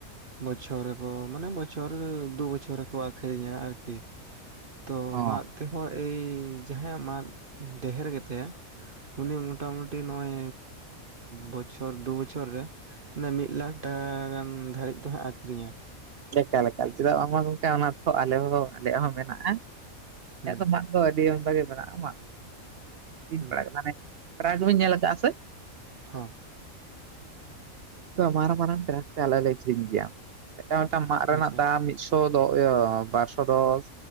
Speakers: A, on the right; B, on the right.
A: ᱵᱚᱪᱷᱚᱨ ᱨᱮᱠᱚ ᱢᱟᱱᱮ ᱵᱚᱪᱷᱚᱨ ᱫᱩ ᱵᱚᱪᱷᱚᱨ ᱨᱮᱠᱚ ᱟᱹᱠᱷᱨᱤᱧᱟ ᱟᱨᱠᱤ ᱛᱚ
B: ᱚ
A: ᱢᱟᱫ ᱛᱮᱦᱚᱸ ᱮᱭ ᱡᱟᱦᱟᱸᱭᱟᱜ ᱢᱟᱫ ᱰᱷᱮᱨ ᱜᱮᱛᱟᱭᱟ ᱩᱱᱤ ᱢᱚᱴᱟ ᱢᱩᱴᱤ ᱱᱚᱜᱭ ᱵᱚᱪᱷᱚᱨ ᱫᱩ ᱵᱚᱪᱷᱚᱨ ᱨᱮ ᱮ ᱢᱤᱫ ᱞᱟᱠᱷ ᱴᱟᱠᱟ ᱜᱟᱱ ᱫᱷᱟᱹᱨᱤᱡ ᱫᱚ ᱦᱟᱸᱜ ᱟᱠᱷᱨᱤᱧᱟ᱾
B: ᱪᱮᱠᱟᱞᱮᱠᱟ ᱪᱮᱫᱟᱜ ᱵᱟᱝᱢᱟ ᱜᱚᱝᱠᱮ ᱚᱱᱟ ᱫᱚ ᱟᱞᱮ ᱦᱚᱸ ᱟᱞᱮᱭᱟᱜ ᱦᱚᱸ ᱢᱮᱱᱟᱜᱼᱟ
A: ᱦᱩᱸ
B: ᱟᱭᱟᱜ ᱫᱚ ᱟᱫᱚ ᱟᱹᱰᱤ ᱚᱱ ᱜᱮ ᱢᱮᱱᱟᱜᱼᱟᱫᱚ
A: ᱦᱩᱸ
B: ᱯᱟᱲ ᱢᱟᱱᱮ ᱯᱧ ᱧᱮᱞ ᱟᱠᱟᱫᱟ ᱪᱟᱜ ᱥᱮ
A: ᱦᱚᱸ
B: ᱢᱟᱨᱟᱝ ᱢᱟᱨᱟᱝ ᱴᱨᱟᱠ ᱛᱮ ᱟᱞᱮᱞᱮ ᱥᱤᱝ ᱜᱮᱭᱟ᱾ ᱮᱴᱟᱜ ᱢᱤᱫᱴᱟᱝ ᱢᱟᱫ ᱨᱮᱱᱟᱜ
A: ᱟᱪᱪᱷᱟ
B: ᱫᱟᱢ ᱢᱤᱫᱥᱚ ᱤᱭᱟᱹ ᱵᱟᱨᱥᱚ ᱫᱚᱥ